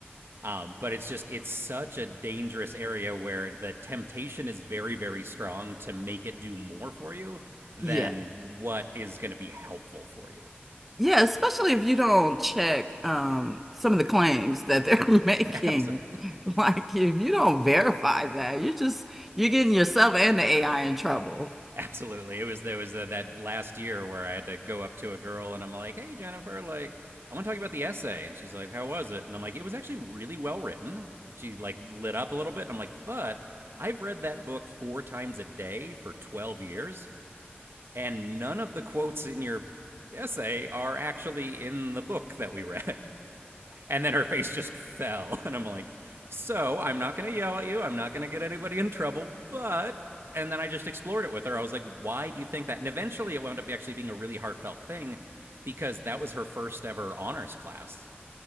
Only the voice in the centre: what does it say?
Yeah.
Yeah, especially if you don't check um, some of the claims that they're <laughs> making.
Like if you don't verify that, you're just you're getting yourself and the AI in trouble.